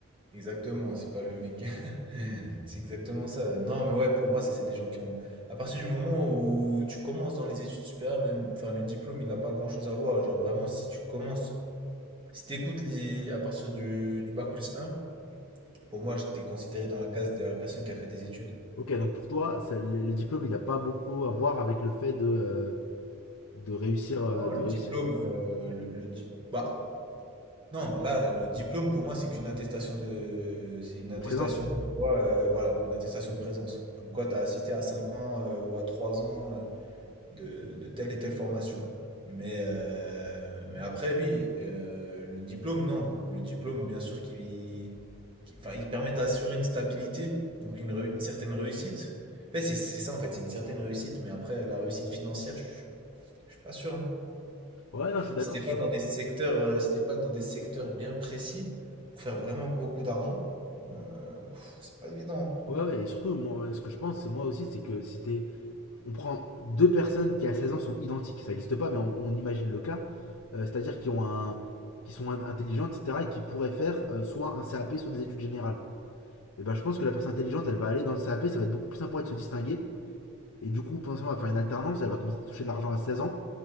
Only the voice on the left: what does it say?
Ok, donc pour toi, ça- le, le diplôme, il a pas beaucoup à voir avec le fait de. euh, de réussir, euh,
de
réussir,
de
présence.
Ouais, non, je suis d'accord
sur.
Ouais, ouais, et surtout, moi, ce que je pense, moi aussi, c'est que si t'es. On prend deux personnes qui à 16 ans sont identiques, ça n'existe pas, mais on, on imagine le cas, euh, c'est-à-dire qui ont un. qui sont in- intelligentes, etc., et qui pourraient faire euh, soit un CAP, soit des études générales. Et ben, je pense que la personne intelligente, elle va aller dans le CAP, ça va être beaucoup plus simple pour elle de se distinguer, et du coup, potentiellement, elle va faire une alternance, elle va commencer à toucher de l'argent à seize ans,